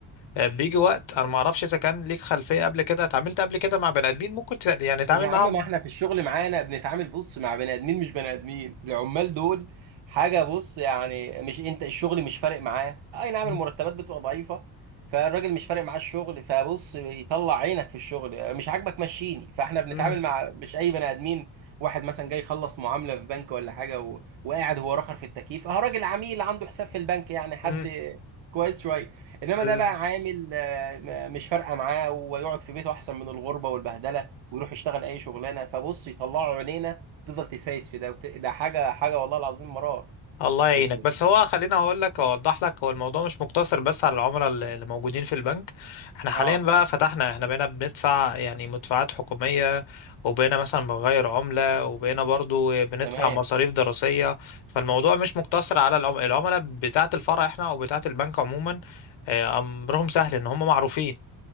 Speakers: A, on the left (about 80°); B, on the right (about 80°).
A: آه، بيجي وقت انا ما اعرفش اذا كان ليك خلفيه قبل كده اتعاملت قبل كده مع بني ادمين ممكن ت- يعني تتعامل
B: يا عم
A: معاهم
B: ما احنا في الشغل معانا بنتعامل بص مع بني ادمين مش بني ادمين العمال دول حاجه بص يعني مش انت الشغل مش فارق معاه اي نعم
A: مم،
B: المرتبات بتبقى ضعيفه فالراجل مش فارق معاه الشغل فبص يطلع عينك في الشغل مش عاجبك مشيني فاحنا بنتعامل
A: مم،
B: مع مش اي بني ادمين واحد مثلا جاي يخلص معامله في بنك ولا حاجه و... وقاعد هو رخر في التكييف اه راجل عميل عنده حساب في البنك يعني حد
A: مم،
B: كويس شويه انما
A: مم.
B: ده بقى عامل آه، مش فارقه معاه ويقعد في بيته احسن من الغربه والبهدله ويروح يشتغل اي شغلانه فبص يطلعوا عينينا تفضل تسايس في ده وت... ده حاجه حاجه والله العظيم مرار
A: الله يعينك
B: في-
A: بس هو خليني اقول لك اوضح لك هو الموضوع مش مقتصر بس على العملاء اللي اللي موجودين في البنك احنا حاليا
B: اه
A: بقى فتحنا احنا بقينا بندفع يعني مدفوعات حكومية وبقينا مثلا بنغير عملة وبقينا برضو بندفع
B: تمام
A: مصاريف دراسية فالموضوع مش مقتصر على العم- العملاء بتاعة الفرع احنا او بتاعة البنك عموما آه، امرهم سهل ان هم معروفين